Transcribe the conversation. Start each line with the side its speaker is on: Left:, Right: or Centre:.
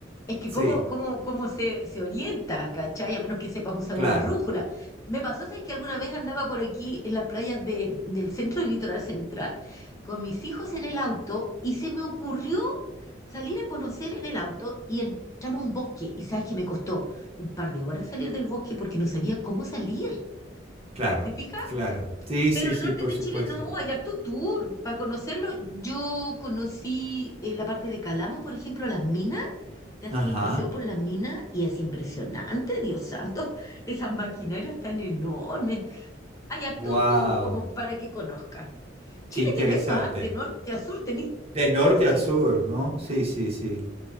Left: es que
Right: Sí,
Left: cómo, cómo, cómo se, se orienta, ¿cachai? A menos que sepas usar
Right: claro,
Left: una brújula. Me pasó, ¿sabes? Que alguna vez andaba por aquí en las playas de- del centro del litoral central con mis hijos en el auto y se me ocurrió salir a conocer en el auto y entramos a un bosque. Y sabes que me costó un par de horas salir del bosque porque no sabía cómo salir.
Right: claro,
Left: ¿Te fijas?
Right: claro. Sí, sí,
Left: Pero
Right: sí,
Left: el norte
Right: por
Left: de
Right: supuesto.
Left: Chile no, hay harto tour. Para conocerlo, yo conocí eh, la parte de Calama, por ejemplo, las minas. Te hacen
Right: Ajá.
Left: un paseo por las minas y es impresionante, Dios santo. <laughs> Esas maquinarias tan enormes. Hay harto
Right: Wow,
Left: tour como para que conozcas. Chile
Right: qué interesante.
Left: tiene eso, ¿ah? De norte a sur tenés
Right: De norte
Left: todos los
Right: a
Left: climas.
Right: sur, ¿no? Sí, sí, sí.